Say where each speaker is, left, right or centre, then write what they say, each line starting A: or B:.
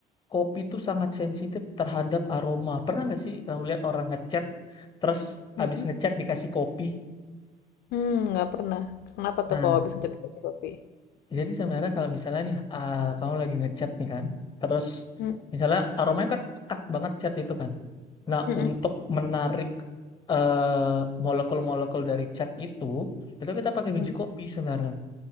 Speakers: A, on the left; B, on the left.
A: kopi itu sangat sensitif terhadap aroma. Pernah nggak sih kamu lihat orang ngecat terus
B: Mhm.
A: abis ngecat dikasih kopi?
B: Hmm, nggak pernah. Kenapa tuh
A: Nah,
B: kalau habis ngecat kopi?
A: jadi sebenarnya kalau misalnya nih ah, kamu lagi ngecat nih kan, terus
B: Hmm.
A: misalnya aromanya kan pekat banget cat itu kan. Nah,
B: Mhm.
A: untuk menarik eh, molekul-molekul dari cat itu, itu kita pakai
B: Hmm.
A: biji kopi sebenarnya.